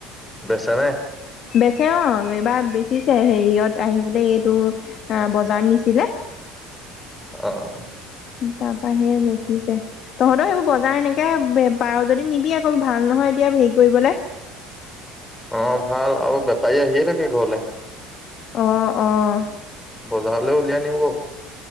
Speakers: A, in the centre; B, on the left.
A: বেচা নে?
B: বেচে অ' এইবাৰ বেচিছে হেৰিহত আহিছিলে এইটো বজাৰত নিছিলে।
A: অ'
B: তাৰপৰা আহি এই বেচিছে তহঁতৰ সেইবোৰ বজাৰ এনেকে পাৰ যদি নিবি আকৌ ভাল নহয় এতিয়া হেৰি কৰিবলে
A: অ' ভাল আৰু বেপাৰী আহিয়ে থাকে ঘৰলৈ।
B: অ' অ'
A: বজাৰলৈ উলিয়াই নিব।